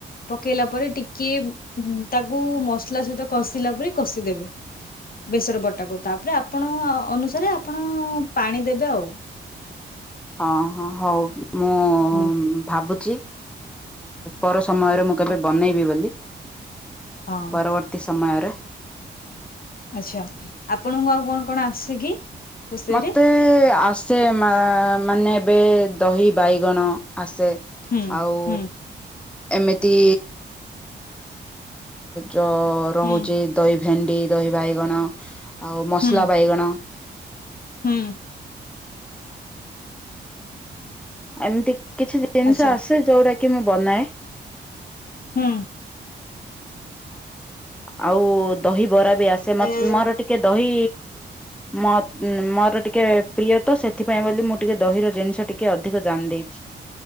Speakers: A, on the left; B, in the centre.
A: ପକେଇଲା ପରେ ଟିକେ ହୁଁ ତାକୁ ମସଲା ସହିତ କଷିଲା ପରେ କଷିଦେବେ। ବେସର ବଟାକୁ ତାପରେ ଆପଣ ଅନୁସାରେ ଆପଣ ପାଣି ଦେବେ ଆଉ।
B: ହଁ ହଁ ହଉ ମୁଁ
A: ହୁଁ
B: ଭାବୁଛି ପର ସମୟରେ ମୁଁ କେବେ ବନେଇବି ବୋଲି
A: ହଁ
B: ପରବର୍ତ୍ତୀ ସମୟରେ।
A: ଆଚ୍ଛା ଆପଣଙ୍କୁ ଆଉ କଣ କଣ ଆସେ କି? ରୋଷେଇରେ
B: ମତେ ଆସେ ମାନେ ଏବେ ଦହି ବାଇଗଣ ଆସେ।
A: ହୁଁ
B: ଆଉ
A: ହୁଁ
B: ଏମିତି ଯ ରହୁଛି
A: ହୁଁ
B: ଦହି ଭେଣ୍ଡି ଦହି ବାଇଗଣ ଆଉ ମସଲା
A: ହୁଁ
B: ବାଇଗଣ।
A: ହୁଁ।
B: ଏମିତି କିଛି ଜିନିଷ
A: ଆଚ୍ଛା
B: ଆସେ ଯୋଉଟା କି ମୁଁ ବନାଏ
A: ହୁଁ।
B: ଆଉ ଦହିିବରା ବି ଆସେ
A: ହୁଁ
B: ମୋର ଟିକେ ଦହି। ମ ମୋର ଟିକେ ପ୍ରିୟ ତ ସେଥିପାଇଁ ବୋଲି ମୁଁ ଟିକେ ଦହିର ଜିନିଷ ଟିକେ ଅଧିକ ଜାଣି ଦେଇଛି।